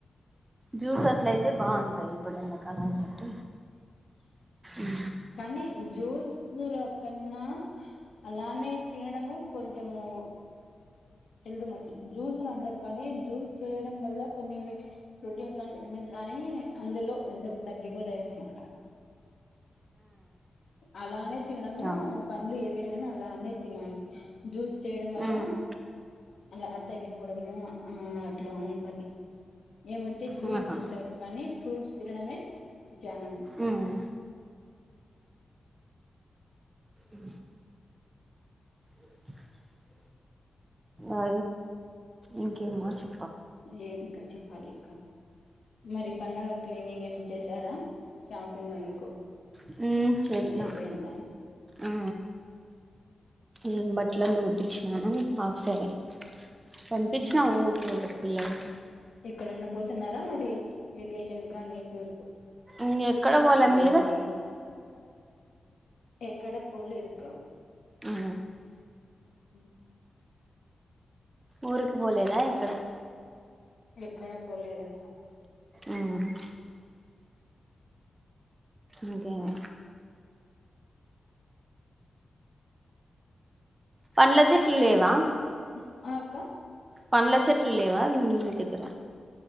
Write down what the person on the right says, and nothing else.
జ్యూస్ అట్లయితే బాగుంటాయి. అప్పు <unintelligible> కళం పెట్ ఇ
అవును
ఉమ్
ఉమ్ ఆహా
ఉమ్ ఈ <unintelligible> అ ఇంకే మ చె
హు చేసిన
అ ఏ బట్లంత కుట్టిచ్చనాను ఆ సరే కనిపించిన ఊరికి వెళ్ళ పిల్లలకి
ఇంక ఎక్కడ పోలే
మీరు
అ
ఊరికి పోలేదా ఎక్కడ
అవునా ఇంకేమి పండ్ల చెట్లు
లేవా
పండ్ల చెట్లు లేవా మీ ఇల్ళ దగ్గర